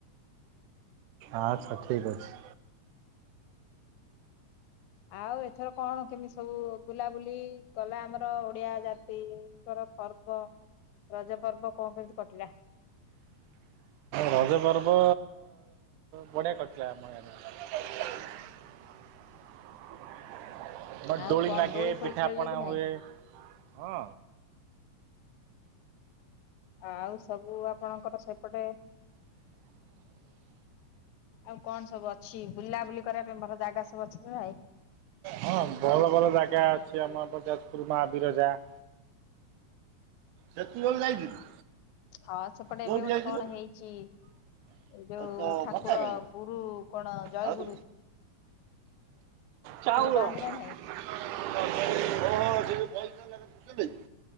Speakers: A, on the right; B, on the left.
A: ଆଚ୍ଛା ଠିକ୍ ଅଛି।
B: ଆଉ ଏଥର କଣ କେମିତି ସବୁ ବୁଲାବୁଲି ଗଲା ଆମର ଓଡିଆ ଜାତିଙ୍କର। ପର୍ବ ରଜ ପର୍ବ କଣ କେମିତି କଟିଲା?
A: ରଜ ପର୍ବ ବଢ଼ିଆ କଟିଲା ଆମ ଇଆଡେ। <unintelligible>
B: ଆଉ
A: ଦୋଳି
B: କଣ
A: ନାଗେ
B: ଫୋଳି
A: ପିଠାପଣା
B: ଖେଳିଲେ କି ନାଇଁ?
A: ହୁଏ‌। ହଁ।
B: ଆଉ ସବୁ ଆପଣଙ୍କର ସେପଟେ? ଆଉ କଣ ସବୁ ଅଛି? ବୁଲାବୁଲି କରିବା ପାଇଁ ଭଲ ଜାଗା ସବୁ ଅଛି ନା ନାଇଁ?
A: ହଁ। ଭଲ ଭଲ ଜାଗା ଅଛି। ଆମ ଯାଜପୁର ମା ବିରଜା। ‌ ସେତିବଳୁ ଯାଇଥିଲୁ।
B: ହଁ ସେପଟେ
A: କୋଉଠି
B: ଏବେ ଗୋଟେ
A: ଯାଇଥିଲୁ
B: କଣ ହେଇଛି? ଏଇ ଯୋଉ
A: ତ
B: ଠାକୁର
A: ଭତ୍ତା ପାଇଁ
B: ଗୁରୁ କଣ ଜୟ
A: ଆଉ
B: ଗୁରୁ?
A: ଚାଉଳ।
B: ଯାଆନ୍ତି
A: <unintelligible>
B: ନା ନାଇଁ?